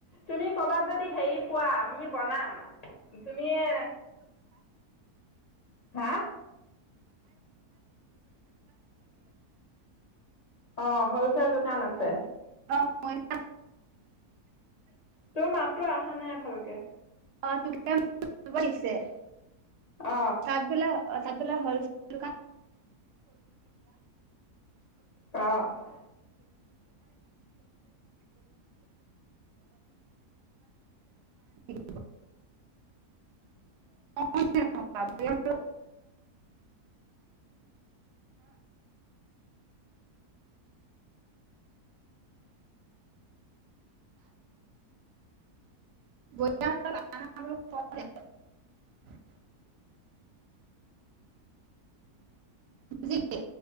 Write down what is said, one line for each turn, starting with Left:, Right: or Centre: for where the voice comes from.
Left: তুমি কৰ'বাত যদি হেৰি পোৱা আমি বনাম। তুমিয়ে। হা? অঁ হলচেল দোকান আছে।
Right: <inaudible>
Left: তোৰ মাততো আহা নাই ভালকে।
Right: <inaudible>
Left: অ'।
Right: তাত বোলে অ' তাত বোলে হলচেল দোকান
Left: অ', অ'।
Right: <inaudible> <inaudible> <inaudible> <inaudible> <inaudible> বুজিলি?